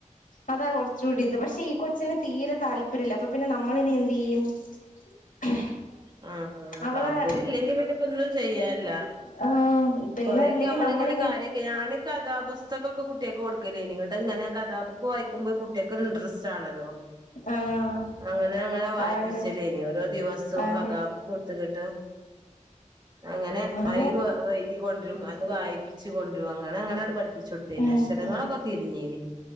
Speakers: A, on the left; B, on the right.
A: അതാ കുറച്ചുകൂടി ഇത് പക്ഷെ ഈ കൊച്ചിന് തീരെ താല്പര്യം ഇല്ല അപ്പൊ പിന്നെ നമ്മളിന് എന്ത് ചെയ്യും <unintelligible>
B: അഹ് ആഹ്
A: അവളെ
B: താല്പര്യം ഇല്ലെങ്കി പിന്നെപ്പോ ഒന്നും ചെയ്യാനില്ല
A: ആഹ് പിന്നെ
B: കൊറെയക്കെ
A: അല്ലെങ്കിൽ
B: നമ്മള്
A: നമ്മളിനി
B: ഇങ്ങനെ കാര്യ ഞാന് കഥാപുസ്തകഒക്കെ കുട്ടികക്ക് കൊടുക്കലേന് ഇവിട് ഇങ്ങനെ കഥാബുക്ക് വായി ക്കുമ്പോ കുട്ടികക്കൊരു ഇൻട്രസ്റ്റ് ആണല്ലോ
A: ആഹ്
B: അങ്ങനെ അങ്ങനെ വായിപിച്ചലേനി
A: ആണ്ട്
B: ഓരോ ദിവസവും
A: ആണ്ട്
B: ക ഥാ ബുക്ക് കൊടുത്ത് കിട്ട് അങ്ങനെ
A: അത്
B: ഐ വ വൈ എഴുതി കൊണ്ട്രുരും അത് വായിപ്പി ച്ചു കൊണ്ട്രും അങ്ങനെ അങ്ങനെ പഠിപ്പിച്ച് കൊടുത്തേന്
A: ഉം
B: അക്ഷരങ്ങളൊക്കെ
A: ഉം
B: തിരിഞ്ഞേന്